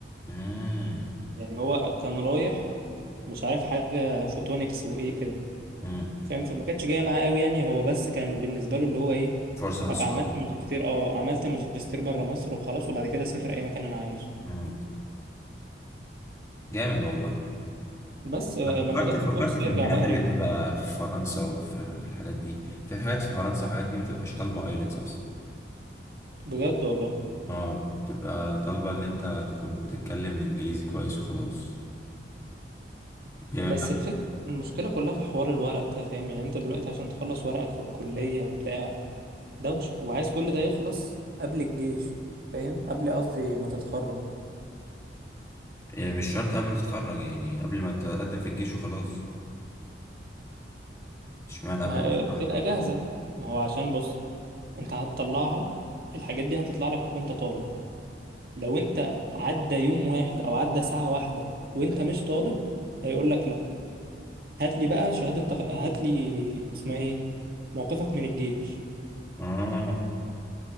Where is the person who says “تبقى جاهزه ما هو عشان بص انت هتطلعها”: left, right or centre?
Right